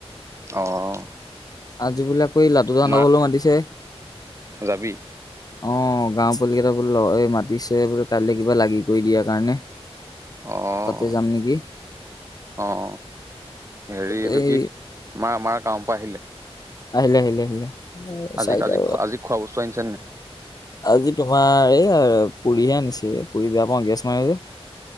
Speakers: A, on the right; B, on the left.
A: অ'
B: আজি বোলে আকৌ লাটুবা হতঁৰ
A: মা
B: ঘৰলে মাতিছে
A: যাবি?
B: অ' গাঁৱৰ পোৱালি কেইটা বোলে এই মাতিছে বোলে কাইলে কিবা লাগি কৰি দিয়াৰ কাৰণে
A: <inaudible> অ'
B: তাতে যাম নেকি
A: অ' হেৰি
B: তাতে
A: এইটো
B: এই
A: কি মা মা কামৰ পৰা আহিলে
B: আহিলে আহিলে আহিলে
A: আজি
B: চাৰিটা
A: আজি খোৱা আজি খোৱা বস্তু আনিছে নে নাই
B: আজি তোমাৰ এই পুৰিহে আনিছে পুৰি বেয়া পাওঁ গেছ মাৰে যে